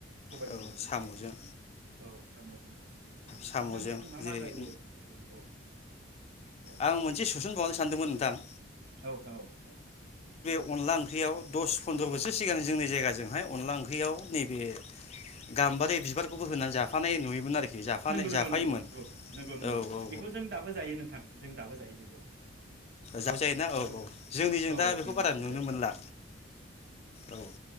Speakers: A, on the right; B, on the left.
A: सबायजों
B: औ
A: जायो
B: साम'जों
A: औ साम'जों बिदि जायो
B: साम'जों
A: नोंथांमोनिजों मा
B: जेरै
A: मा जायो ओरैनो औ औ?
B: आं मोनसे सोसनबावनो सानदोंमोन नोंथां?
A: औ नोंथां औ औ।
B: अनला ओंख्रियाव दस फन्द्र
A: औ
B: बोसोर सिगां जोंनि जायगाजों हाय अनला ओंख्रि <unintelligible> नैबे गाम्बारि बिबारखौबो होनानै जाफानाय नुयोमोन आरोखि। जाफानाय
A: नंगौ नंगौ
B: जाफायोमोन
A: नंगौ नंगौ नंगौ नंगौ
B: औ औ
A: बेखौ जों दाबो जायो नोंथां जों दाबो जायो। बेखौ-
B: जाब जायोना
A: बेखौ
B: औ -औ जोंनिजों
A: औ
B: दा बेखौ
A: जों
B: बारा
A: दाबो
B: नुनो
A: जायो
B: मोनला
A: बेखौ
B: औ